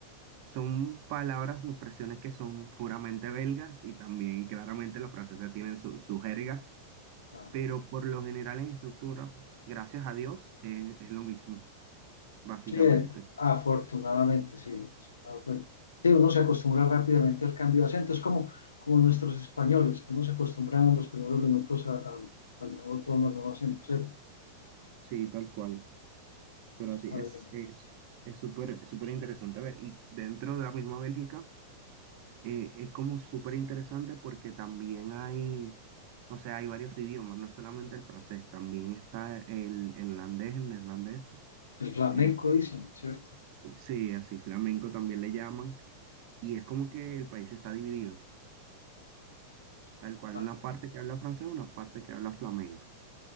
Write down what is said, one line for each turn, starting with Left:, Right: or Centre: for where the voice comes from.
Right: Son palabras o expresiones que son puramente belgas y también claramente los franceses tienen su, su jerga
Left: Claro.
Right: pero por lo general en estructura, gracias a Dios, eh, es lo mismo, básicamente.
Left: Sí, eh, afortunadamente, sí, eso me he dado cuenta. Sí, uno se acostumbra rápidamente al cambio de acento, es como, como nuestros españoles, que no se acostumbran en los primeros minutos a- al al nuevo tono, al nuevo acento, ¿cierto?
Right: Sí, tal cual. Pero
Left: Eso
Right: así
Left: está
Right: es,
Left: bien.
Right: es, es súper, súper interesante ver. Y dentro de la misma Bélgica, eh, es como súper interesante porque también hay, o sea, hay varios idiomas, no solamente el francés, también está el, el holandés, el neerlandés.
Left: El flamenco,
Right: eh,
Left: dicen, ¿cierto?
Right: sí, así flamenco también le llaman. Y es como que el país está dividido, tal cual,
Left: Ah,
Right: una parte que habla francés, una parte que habla flamenco.